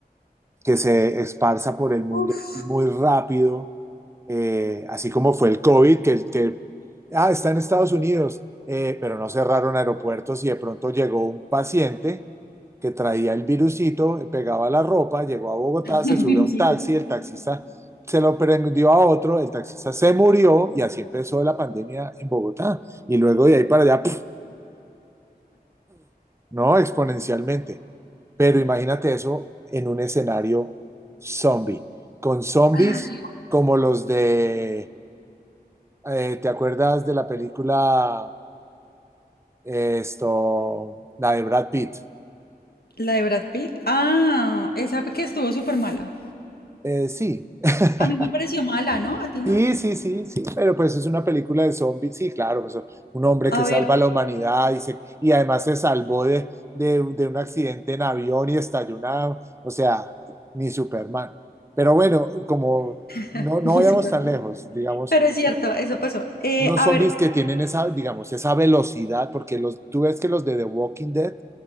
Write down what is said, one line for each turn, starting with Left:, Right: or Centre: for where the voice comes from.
Right: que se esparza por el mundo
Left: Uf,
Right: así muy rápido, eh, así como fue el COVID, que, que ah, está en Estados Unidos, eh, pero no cerraron aeropuertos y de pronto llegó un paciente que traía el virusito, pegaba la ropa, llegó a Bogotá, se
Left: el
Right: subió
Left: virusito.
Right: a un taxi, el taxista se lo prendió a otro, el taxista se murió y así empezó la pandemia en Bogotá. Y luego de ahí para allá, ¡puf! no, exponencialmente. Pero imagínate eso en un escenario zombie, con zombies
Left: Ay,
Right: como los de, eh, ¿te acuerdas de la película, eh, esto, la de Brad Pitt?
Left: La de Brad Pitt. Ah, esa que estuvo súper mala.
Right: Eh, sí, <laughs>
Left: A mí me pareció mala, ¿no? ¿A ti no?
Right: Sí, sí, sí, sí, pero pues es una película de zombies, sí, claro, pues un hombre que
Left: A
Right: salva
Left: ver,
Right: a la humanidad y, se- y además se salvó de, de, de un accidente en avión y estalló una, o sea, ni Superman. Pero bueno, como no,
Left: <laughs>
Right: no
Left: ni
Right: vayamos
Left: súper.
Right: tan lejos, digamos,
Left: Pero es cierto, eso pasó. Eh,
Right: unos
Left: a
Right: zombies
Left: ver,
Right: que tienen esa, digamos, esa velocidad, porque los, tú ves que los de The Walking Dead